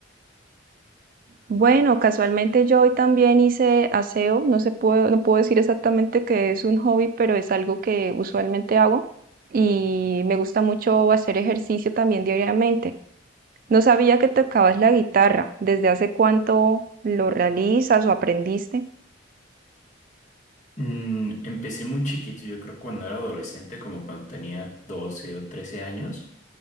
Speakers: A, on the right (about 45°); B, on the left (about 40°).
A: Bueno, casualmente yo hoy también hice aseo. No se puedo, no puedo decir exactamente que es un hobby, pero es algo que usualmente hago y me gusta mucho hacer ejercicio también diariamente. No sabía que tocabas la guitarra. ¿Desde hace cuánto lo realizas o aprendiste?
B: Mm, empecé muy chiquito, yo creo cuando era adolescente, como cuando tenía 12 o 13 años.